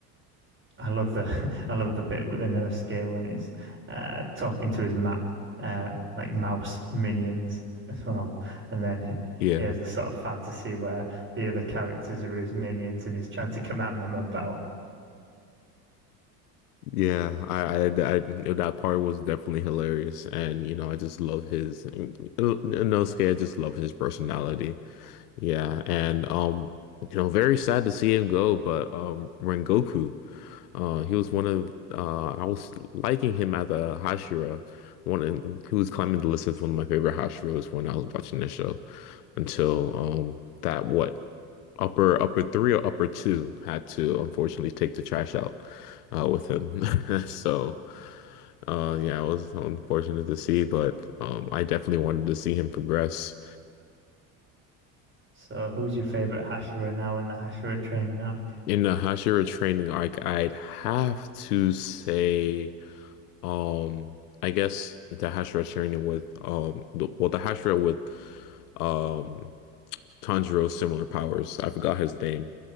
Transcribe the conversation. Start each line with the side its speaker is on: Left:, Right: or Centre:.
Right: I love the <laughs> I love the bit with the gear when he's uh, talking to his map uh, like mouse minions <laughs> as well, and then he
Left: Yeah.
Right: he has the sort of fantasy where the other characters are his minions and he's trying to command them about.
Left: Yeah, I, I, I, that part was definitely hilarious, and you know, I just love his Inosuke. I just love his personality. Yeah, and um, you know, very sad to see him go, but um, Rengoku, uh, he was one of uh, I was liking him as a Hashira, one and he was climbing the list as one of my favorite Hashiras when I was watching the show, until um, that what upper upper three or upper two had to unfortunately take the trash out uh, with him. <laughs> So uh, yeah, it was unfortunate to see, but um, I definitely wanted to see him progress.
Right: So, who's your favorite Hashira now in the Hashira training arc?
Left: In the Hashira training arc, I'd have to say, um, I guess the Hashira training with um, the, well, the Hashira with um Tanjiro's similar powers. I forgot his name,